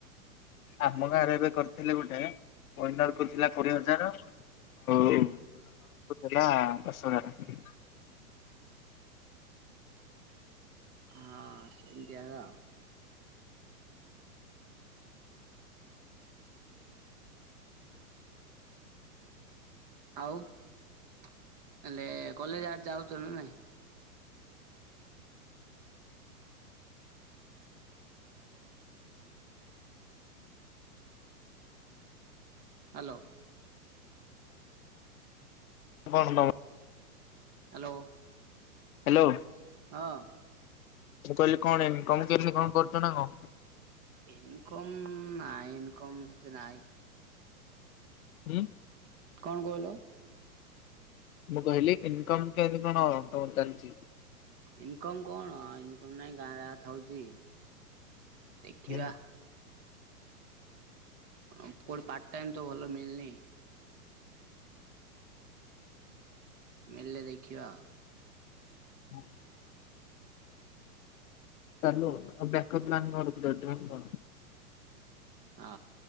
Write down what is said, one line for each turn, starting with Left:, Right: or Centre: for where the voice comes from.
Left: ଆମ ଗାଁରେ ଏବେ କରିଥିଲେ ଗୋଟେ ୱିନର କୁ ଥିଲା କୋଡ଼ିଏ ହଜାର ହୋଉ ରନର କୁ ଥିଲା ଦଶ ହଜାରେ।
Right: ହଁ ସେମିତି ଦିଆହେଲା। ଆଉ ତାହେଲେ କଲେଜ ଆଡ଼େ ଯାଉଛ ନା ନାଇଁ? ହାଲୋ।
Left: <unintelligible>
Right: ହାଲୋ।
Left: ହାଲୋ।
Right: ହଁ।
Left: ମୁଁ କହିଲି କଣ ଇନକମ୍ କେମିତି କଣ କରୁଛ ନା କଣ?
Right: ଇନକମ୍ ନାଇଁ ଇନକମ୍ ସେତେ ନାଇଁ।
Left: ହୁଁ?
Right: କଣ କହିଲ?
Left: ମୁଁ କହିଲି ଇନ୍ କମ କେମିତି କଣ ତମର ଚାଲିଛି?
Right: ଇନକମ୍ କଣ ଇନକମ୍ ନାଇଁ ଗାଁ ଥାଉଛି ଦେଖିବା।
Left: ହୁଁ
Right: କଣ କୁଆଡ଼େ ପାର୍ଟ ଟାଇମ୍ ତ ଭଲ ମିଳିନି। ମିଳିଲେ ଦେଖିବା ଆଉ।
Left: <unintelligible> ଚାଲୁ ଆଉ ବ୍ୟାକଅପ୍ ପ୍ଲାନ୍ କରୁଥିଲେ ଡ୍ରିମ୍ କଣ?
Right: ଆ